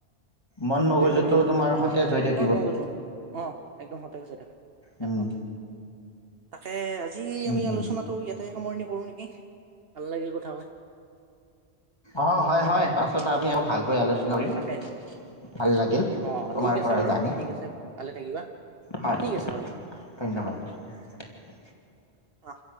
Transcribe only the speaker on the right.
এইটোয়ে
ভাবিছো
মন মগজু অ একদম সতেজ হৈ থাকে
একমাত্ৰ তাকে এ আজি
আমি
আলোচনাটো ইয়াতে সামৰণি কৰো নেকি ভাল লাগিল কথা হয়
তাকে
অ',
ঠিক আছে
বাৰু
ঠিক আছে ভালে থাকিবা
ঠিক আছে
অহ